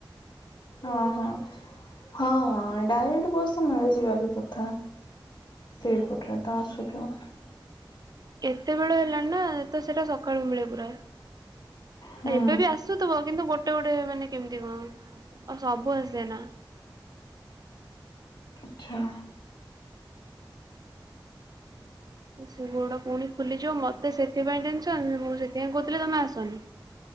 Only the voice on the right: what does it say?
ଏତେବେଳ ହେଲାଣି ନା ଏତ ସେଟା ସକାଳୁ ମିଳେ ପୁରା
ଏବେ ବି ଆସୁଥବ କିନ୍ତୁ ଗୋଟେ ଗୋଟେ ମାନେ କେମିତି କଣ ଆଉ ସବୁ ଆସେ ନା
ସେ ଗୋଡ ପୁଣି ଫୁଲିଯିବ ମତେ ସେଥିପାଇଁ ଟେନସନ ମୁଁ ସେଥିପାଇଁ କହୁଥିଲି ତମେ ଆସନି